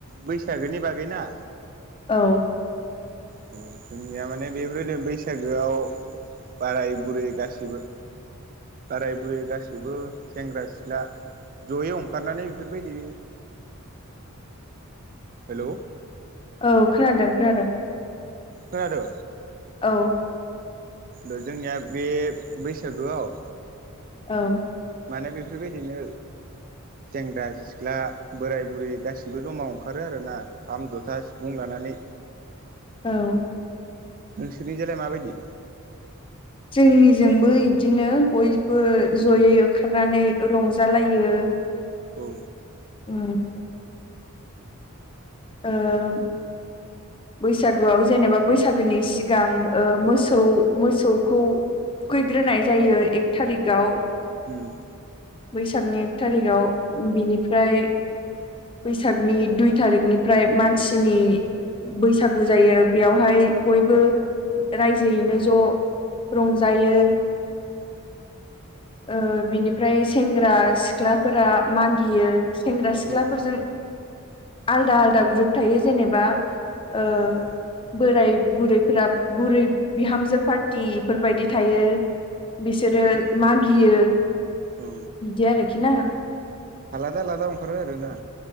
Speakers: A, on the right; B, on the left.
A: बैसागोनि बागैना?
B: औ।
A: अ जोंनिया माने बेफोरबायदि बैसागोआव बाराय बुरै गासिबो बाराय बुरै गासिबो सेंग्रा सिख्ला जयै ओंखारनानै बेफोरबायदि
B: <inaudible>
A: <inaudible> हेल'।
B: औ खोनादों खोनादों।
A: खोनादो?
B: औ।
A: दा जोंनिया बे बैसागोआव
B: औ।
A: माने बेफोरबायदिनो सेंग्रा सिख्ला सिख्ला बोराय बुरै गासिबो ज'मा ओंखारो आरोना दाम जथा सिफुं लानानै।
B: औ।
A: नोंसोरनिजालाय माबायदि
B: जोंनिजोंबो बिदिनो बयबो ज'यै ओंखारनानै रंजालायो।
A: औ।
B: उम। ओम <inaudible> बैसागोआव जेनेबा बैसागोनि सिगां ओ मोसौ मोसौखौ खुयैग्रोनाय जायो एक थारिकाव।
A: उम।
B: बैसागोनि एक थारिगाव बिनिफ्राय बैसागनि दुइ थारिखनिफ्राय मानसिनि बैसागु जायो बेयावहाय बयबो रायजोयैनो ज' रंजायो। <inaudible> ओ बिनिफ्राय सेंग्रा सिख्लाफोरा मागियो। सेंग्रा सिख्लाफोरजों
A: औ
B: आलदा आलदा ग्रुप थायो जेनेबा ओ।
A: उम
B: बोराय बुरैफोरा बुरै बिहामजो पार्टि एफोरबायदि थायो। बिसोरो
A: एसे
B: मागियो।
A: औ।
B: बिदि आरोखि ना।
A: आलादा आलादा ओंखारो आरोना।